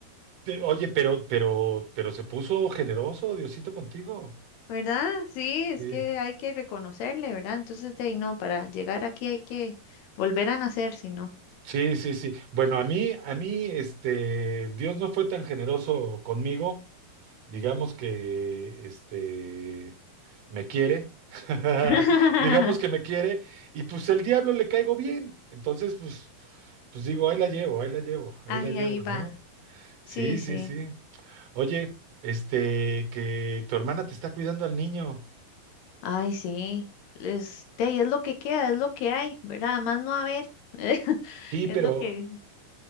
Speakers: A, on the right; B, on the left.
A: Oye, pero, pero, pero se puso generoso Diosito contigo.
B: ¿verdad? Sí, es
A: Sí.
B: que hay que reconocerle, ¿verdad? Entonces de ahí no, para llegar aquí hay que volver a nacer, si no.
A: Sí, sí, sí. Bueno, a mí, a mí, este, Dios no fue tan generoso conmigo. Digamos que, este, me quiere. <laughs>
B: <laughs>
A: Digamos que me quiere. Y pues el diablo le caigo bien. Entonces, pues, pues digo, ahí la llevo, ahí la llevo, ahí
B: Ay,
A: la llevo,
B: ahí va,
A: ¿no? Sí,
B: sí, sí,
A: sí, sí. Oye, este, que tu hermana te está cuidando al niño.
B: ay, sí, es, de ahí es lo que queda, es lo que hay, ¿verdad? Más no haber, <laughs>
A: Sí,
B: es
A: pero
B: lo que,